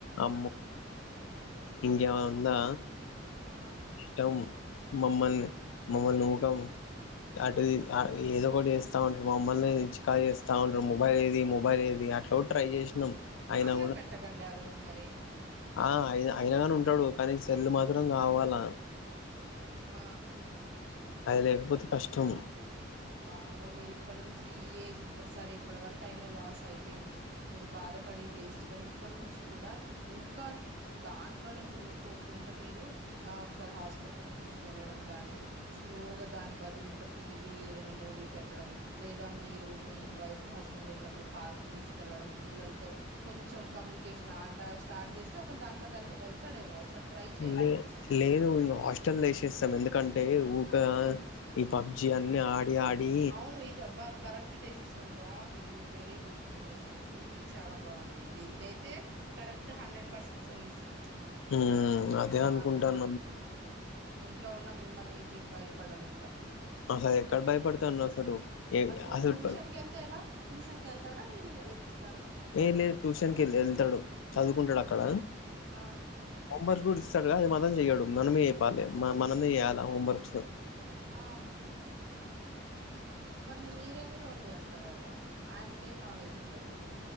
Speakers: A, on the left; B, on the right.
A: అమ్మో ఇంకేమన్నా ఉందా
B: ఆ
A: ఇష్టం మమ్మల్ని మమ్మల్ని మాత్రం అటుది ఆ ఏదో ఒకటి చేస్తా ఉంటాడు మమ్మల్ని చికాకు చేస్తా ఉంటాడు మొబైల్ ఏది మొబైల్ ఏది అట్లా కూడా ట్రై చేసినాం అయినా
B: అన్నం
A: కూడా
B: పెట్టకండి ఆ రోజ్ జు మరి
A: ఆ అయి అయినగాని ఉంటాడు కానీ సెల్లు మాత్రం గావాలా
B: ఆ
A: అది లేకపోతే కష్టం
B: వామ్మో మీరు ఇప్పటి నుంచి ఈ ఏజ్ ఇప్పటిసరే ఇప్పటి వరకు అయినా లాస్ అయిపోయింది మీరు బాధపడి వేస్ట్ గాని ఇప్పటి నుంచి కూడా ఇంకా దాంట్లోనే మునిగిపోకుండా మీరు ఒకసారి హాస్పిటల్కి తీసుకెళ్ళడం కాని స్లోగా దాని బదులు ఇంకా టీవీ ఏద్ న్న మూవీ పెట్టడం లేదా మీరు మీ వైఫ్ హస్బెండ్ వెళ్ళినప్పుడు పార్క్ తీసుకెళ్లడం పిల్లలతో కొంచెం కమ్యూనికేషన్ అట్ట స్టార్ట్ చేస్తే ఒకాల దాంట్లోకి వెళ్తడేమో ఒకసారి ట్రై చేయండి
A: లే లేదు ఇంగ హాస్టలో ఏషేస్తాం ఎందు టే ఊకా ఈ పబ్జి అన్ని ఆడి ఆడి
B: అవును ఇది అబ్బా కరెక్ట్ డెసిషన్ బాగుంది గుడ్ వెరీ గుడ్ మీ థింకింగ్ చాలా బాగుంది ఇది ఇదైతే కరెక్ట్ హండ్రెడ్ పర్సెంట్ సొల్యూషన్
A: హూమ్ అదే
B: ఆ
A: అనుకుంటాన్నా
B: ఇంట్లో ఉన్న మిమ్మల్ని మీకు భయపడాడు ఇంకా
A: అసలు ఎక్కడ భయపడతాను అసలు ఏ
B: మరి టూ
A: అసలు
B: ట్యూషన్
A: ప-
B: కెళ్తే ఎలా ట్యూషన్ కెళ్తాడా మీరు ఎల్కిస్
A: ఏ లేదు ట్యూషన్ కి వెళ్తాడు చదువుకుంటాడు అక్కడ
B: ఆ
A: హోం వర్క్ కూడా ఇస్తాడు కదా అది మాత్రం జేయడు మనమే చెప్పాలి మనమే చేయ్యాల హోంవర్క్స్
B: ఆ మరిని మీరెన్ని రోల్ చేస్తరు అలా ఆయనకి ఏం నాలెడ్జ్ ఉంటది